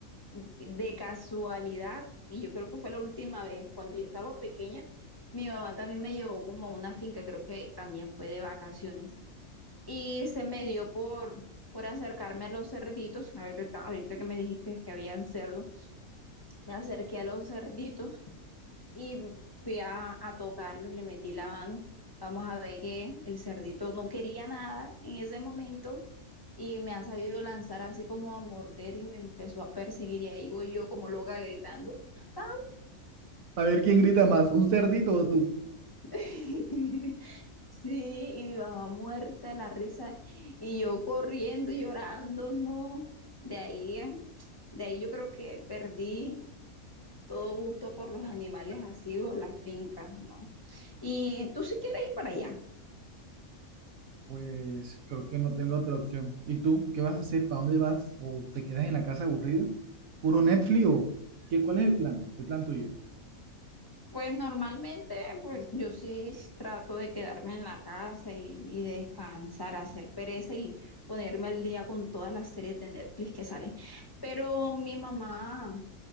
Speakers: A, on the left; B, on the right.
A: de casualidad, y yo creo que fue la última vez, cuando yo estaba pequeña, mi mamá también me llevó como a una finca, creo que también fue de vacaciones, y se me dio por, por acercarme a los cerditos, a ver, ahorita ahorita que me dijiste que habían cerdos, me acerqué a los cerditos y fui a, a tocarlos, le metí la mano. Vamos a ver que el cerdito no quería nada en ese momento y me ha sabido lanzar así como a morder y me empezó a perseguir y ahí voy yo como loca gritando. ¡Ah!
B: A ver quién grita más, un cerdito o tú.
A: <laughs> Sí, y mi mamá muerta de la risa y yo corriendo, llorando, no. De ahí, de ahí yo creo que perdí todo gusto por los animales así o las fincas, ¿no? Y tú si quieres ir para allá.
B: Pues creo que no tengo otra opción. ¿Y tú qué vas a hacer? ¿Para dónde vas? ¿O te quedas en la casa aburrida? ¿Puro Netflix o qué? ¿Cuál es el plan? ¿El plan tuyo?
A: Pues normalmente, pues yo sí trato de quedarme en la casa y, y descansar, hacer pereza y ponerme al día con todas las series de Netflix que salen. Pero mi mamá